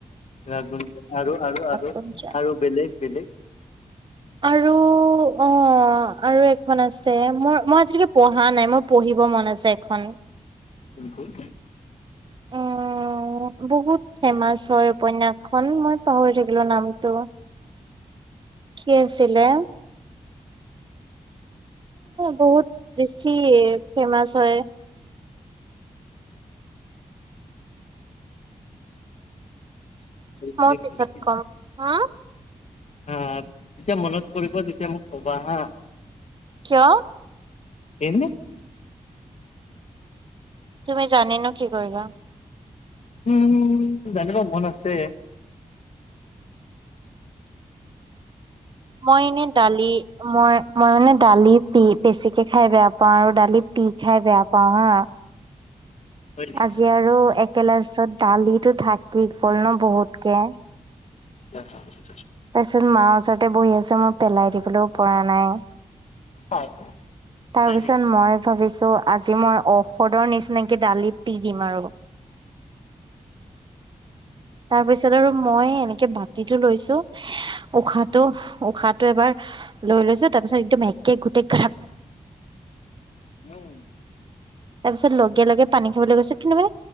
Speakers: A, on the left; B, on the right.
A: ৰাগ গুঞ্জন আৰু আৰু আৰু
B: গুঞ্জন।
A: আৰু বেলেগ বেলেগ
B: আৰু অ আৰু এখন আছে মোৰ মই আজিলৈকে পঢ়া নাই মোৰ পঢ়িব মন আছে এখন
A: কোনখন?
B: অ বহুত ফেমাচ হয় উপন্যাসখন মই পাহৰি থাকিলো নামটো কি আছিলে? বহুত বেছি ফেমাচ হয়।
A: কোনবোৰ?
B: মই পিছত কম, হা?
A: হা, তেতিয়া মনত পৰিব, তেতিয়া মোক ক'বা হা।
B: কিয়?
A: এনে। ‌
B: তুমি জানি নো কি কৰিবা?
A: উম! জানিব মন আছে।
B: মই এনে দালি, মই, মই মানে দালি পি, ‌ বেছিকে খাই বেয়া পাওঁ। পাওঁ আৰু দাল লি পি খাই বেয়া পাওঁ হা।
A: হয় নেকি
B: আজি আৰু একগিলাচত দালি থাকি গ'ল ন, বহুতকে।
A: আচ্ছা!
B: তাৰপিছত মাৰ ওচৰতে বহি আছোঁ, মই পেলাই দিবলৈও পৰা নাই।
A: হয়।
B: তাৰ
A: হয়
B: পিছত
A: নেকি
B: মই ভাবিছোঁ ত' আজি মই ঔষধৰ নিচিনাকি দালি পি দিম আৰু। তাৰ পিছত আৰু মই এনেকে বাতিটো লৈছোঁ। উশাহটো, উশাহটো, এবাৰ লৈ লৈছোঁ, তাৰপিছত একদম একে ঘোট দে খ্ৰাপ
A: উম!
B: তাৰ পিছত লগে লগে পানী খাবলৈ গৈছো। কিন্তু মানে